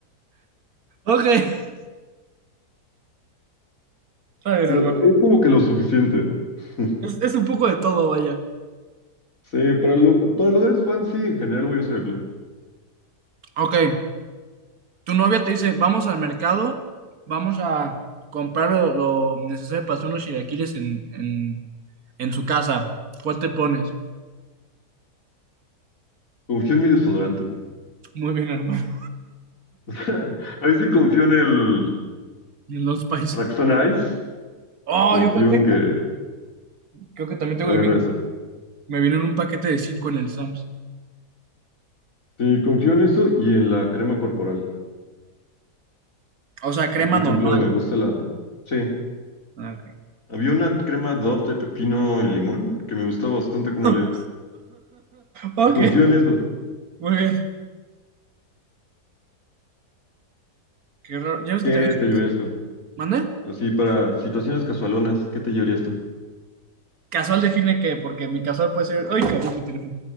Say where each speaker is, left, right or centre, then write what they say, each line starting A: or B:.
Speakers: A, on the right; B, on the left.
A: Ok, <laughs> está bien,
B: Eh,
A: hermano.
B: Es como que lo suficiente. <laughs>
A: Es, es un poco de todo, vaya.
B: Sí, para, lu- para lugares fancy en general voy a usar el Blue.
A: Ok, tu novia te dice, vamos al mercado, vamos a comprar lo, lo necesario para hacer unos chilaquiles en, en, en su casa. ¿Cuál te pones?
B: Confío en mi desodorante.
A: Muy bien, hermano.
B: <laughs> Ahí sí confío en el
A: En los países.
B: Raxona Ice.
A: Oh,
B: Confío
A: ¿yo cuál tengo?
B: en que
A: Creo que también
B: agarra
A: tengo el mismo.
B: eso.
A: Me vino en un paquete de cinco en el Sams.
B: Sí, confío en eso y en la crema corporal.
A: O sea, crema
B: Porque, por
A: normal.
B: ejemplo, me gusta la... Sí,
A: Ah, ok.
B: había una crema Dove de pepino y limón que me gustaba bastante como
A: <laughs>
B: olía.
A: Ok,
B: Y confío en eso.
A: muy bien. Qué raro. ¿Ya ves
B: ¿Qué
A: que te había dicho?
B: te llevarías tú?
A: ¿Mande?
B: Así para situaciones casualonas, ¿qué te llevarías tú?
A: Casual define qué, porque mi casual puede ser. Ay, cabrón, mi teléfono.